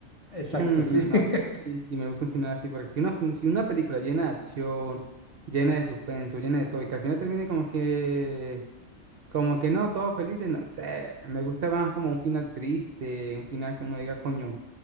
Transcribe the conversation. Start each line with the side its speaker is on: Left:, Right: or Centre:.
Left: Exacto,
Right: Mm,
Left: sí.
Right: no
Left: <laughs>
Right: sé si, si me gusta un final así, porque si una, fi- si una película llena de acción, llena de suspenso, llena de todo, y que al final termine como que Como que no, todos felices, no sé. Me gusta más como un final triste, un final que uno diga, coño,